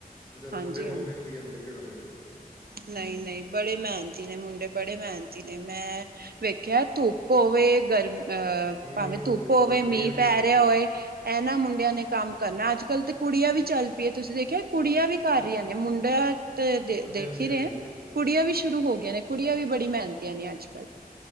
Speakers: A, on the left; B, on the right.
A: ਵਿਚਾਰੇ
B: ਹਾਂਜੀ
A: ਮੁੰਡੇ ਬਹੁਤ ਮੇਹਨਤੀ ਐ ਬਲਿੰਕਿਟ ਵਾਲੇ ਵੀ।
B: ਨਈ -ਨਈ ਬੜੇ ਮਿਹਨਤੀ ਨੇ ਮੁੰਡੇ ਬੜੇ ਮਿਹਨਤੀ। ਨਈ ਮੈਂ ਵੇਖਿਆ ਧੂਪ ਹੋਵੇ ਗਰਮ, ਅ
A: ਮੀਂਹ
B: ਭਾਵੇਂ ਧੁੱਪ ਹੋਵੇ
A: ਗਰਮੀ
B: ਮੀਂਹ
A: ਹੋਵੇ
B: ਪੈ ਰਿਆ ਹੋਏ। ਇਹਨਾਂ ਮੁੰਡਿਆਂ ਨੇ ਕੰਮ ਕਰਨਾ। ਅੱਜ ਕੱਲ ਤੇ ਕੁੜੀਆਂ ਵੀ ਚੱਲ ਪਈਆਂ। ਤੁਸੀਂ ਦੇਖਿਆ ਕੁੜੀਆਂ ਵੀ ਕਰ ਰਿਆ ਨੇ ਮੁੰਡਾ ਤੇ ਦੇ
A: ਹਾਂਜੀ
B: ਦੇਖ
A: ਹਾਂਜੀ
B: ਈ
A: ਹਾਂਜੀ
B: ਰੇ।
A: ਹਾਂਜੀ।
B: ਕੁੜੀਆਂ ਵੀ ਸ਼ੁਰੂ ਹੋ ਗਈਆਂ ਨੇ ਕੁੜੀਆਂ ਵੀ ਬੜੀ ਮਿਹਨਤੀਆਂ ਨੇ ਅੱਜ ਕੱਲ੍ਹ।